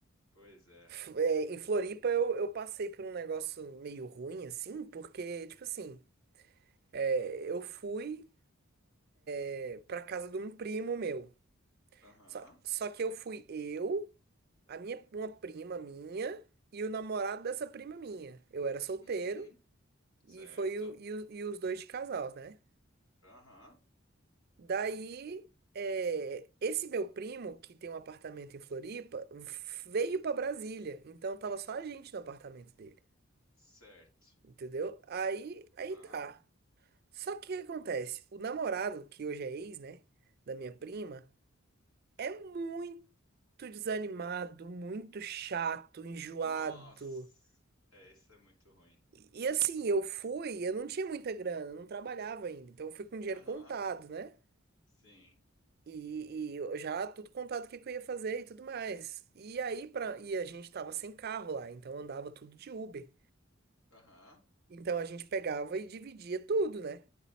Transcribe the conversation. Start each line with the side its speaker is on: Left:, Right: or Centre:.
Left: Pois é.
Right: F- é, em Floripa eu, eu passei por um negócio meio ruim, assim, porque, tipo assim, é, eu fui é, pra casa de um primo meu.
Left: Aham.
Right: Só, só que eu fui eu, a minha, uma prima minha e o namorado dessa prima minha. Eu era solteiro.
Left: Uhum.
Right: E
Left: Certo.
Right: foi o, e, o- e os dois de casal, né?
Left: Aham.
Right: Daí, é, esse meu primo, que tem um apartamento em Floripa, veio pra Brasília. Então tava só a gente no apartamento dele.
Left: Certo.
Right: Entendeu? Aí, aí
Left: Aham.
Right: tá. Só que o que acontece? O namorado, que hoje é ex, né? Da minha prima,
Left: Uhum.
Right: é muito desanimado, muito chato, enjoado.
Left: Nossa, é, isso é muito ruim.
Right: E e assim, eu fui, eu não tinha muita grana, eu não trabalhava ainda. Então eu fui com dinheiro
Left: Aham,
Right: contado, né?
Left: sim.
Right: E, e eu já tudo contado o que, que eu ia fazer e tudo mais. E aí, pra,
Left: Uhum.
Right: e a gente tava sem carro lá, então andava tudo de Uber.
Left: Aham,
Right: Então a gente pegava e dividia tudo, né?